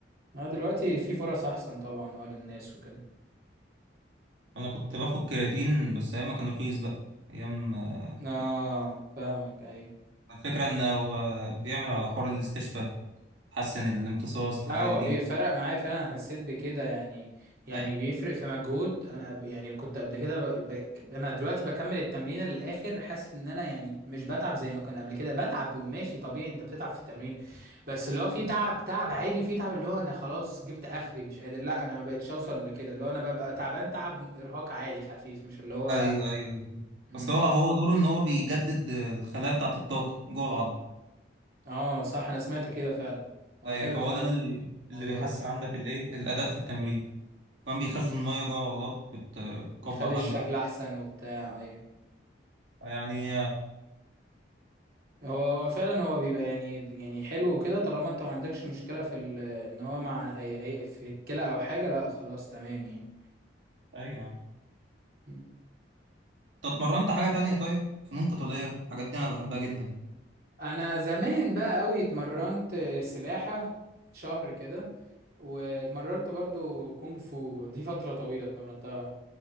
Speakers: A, on the right (about 50°); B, on the right (about 85°).
A: اه دلوقتي في فرص احسن طبعا اه للناس وكده
B: انا كنت باخد كرياتين بس ايام ما كان رخيص بقى ايام آه،
A: اه فاهمك ايوه
B: الفكره انه هو بيعمل على حوار الاستشفاء حسن الامتصاص الحاجات
A: لا هو
B: دي
A: بيفرق معايا فعلا أنا حسيت بكده يعني يعني
B: ايوه
A: بيفرق في مجهود انا ب- يعني كنت قبل كده ب... ب... انا دلوقتي بكمل التمرين للاخر حاسس ان انا يعني مش بتعب زي ما كان قبل كده بتعب وماشي طبيعي انت بتتعب في التمرين بس اللي هو في تعب تعب عادي وفي تعب اللي هو انا خلاص جبت اخري مش قادر لا انا ما بقتش اوصل لكده اللي هو انا ببقى تعبان تعب ارهاق عادي خفيف مش اللي هو
B: ايوه ايوه.
A: امم
B: اصل هو هو دوره ان هو بيجدد الخلايا بتاعه الطاقه جوه العظم
A: اه صح انا سمعت كده فعلا هو
B: اي
A: حلو
B: فهو
A: فعلا
B: ده اللي اللي
A: الموضوع
B: بيحسن
A: ده
B: عندك الايه الاداء في التمرين كمان بيخزن
A: مم.
B: الميه جوه العضلات بت- بتكبر
A: بيخلي
B: حجمها
A: الشكل احسن وبتاع ايوه
B: يعني
A: هو هو فعلا هو بيبقى يعني يعني حلو وكده طالما انت ما عندكش مشكلة في ال- ان هو مع هي هي في الكلى او حاجة لا خلاص تمام يعني
B: ايوه
A: م.
B: انت اتمرنت حاجه تانية طيب فنون قتاليه الحاجات دي انا بحبها جدا
A: انا زمان بقى قوي اتمرنت سباحة شهر كده واتمرنت برضو كونج فو دي فترة طويلة اتمرنتها